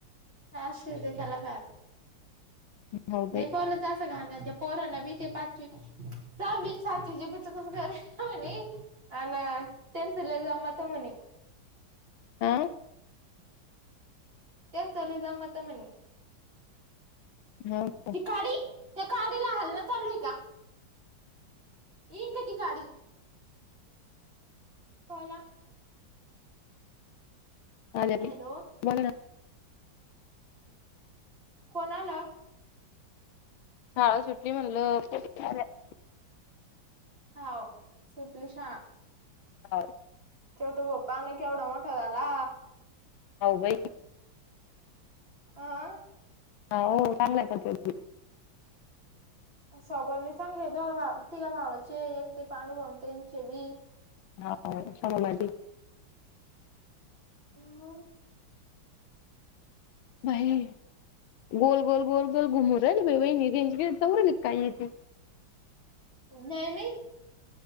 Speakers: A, on the right; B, on the left.
A: जास <unintelligible> त केला का?
B: हो
A: नाही
B: बाई
A: बोलंच असं घाण घाण. त्या पोराना बी ते पाचवी सावी सातीचे पच कुस करणे हुनी. आनं त्यांच लई जमतं म्हणे.
B: हा
A: त्यांच लई जमतं म्हणे.
B: हो का.
A: ती काडी त्या काडीला हालण चालूय हाय का? ईकाती काडी. कोला.
B: आल्या
A: हॅलो
B: बाई, बोला ना.
A: कोणाला?
B: शाळा सुटली म्हणलं <unintelligible>
A: हाओ. सुटलि शाळा.
B: हाओ.
A: छोटू पप्पा आण केवढा मोठा झाला.
B: हो बाई.
A: आ.
B: हा हो चांगलाय <unintelligible>
A: स्वभाव लई चांगले दोघा भा तिघ भावाचे एक ते पाांडूभवतेनचे बी.
B: हा <unintelligible>
A: हम्.
B: बाई गोल गोल गोल गोल घुमु राहिल बाई <unintelligible> चल काय येची.
A: न्याय नाही.